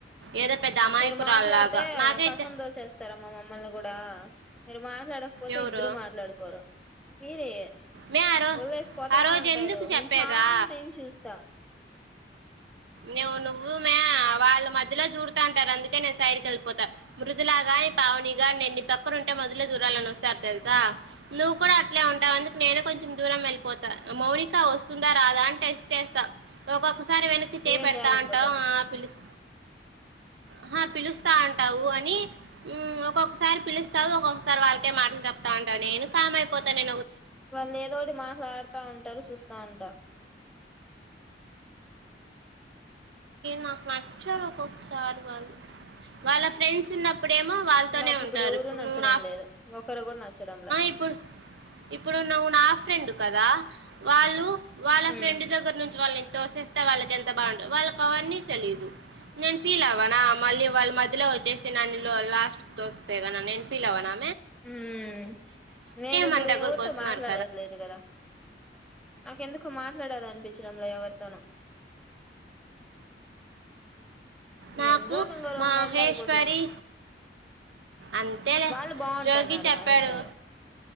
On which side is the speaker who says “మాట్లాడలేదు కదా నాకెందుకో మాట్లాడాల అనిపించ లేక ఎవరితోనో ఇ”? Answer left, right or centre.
Centre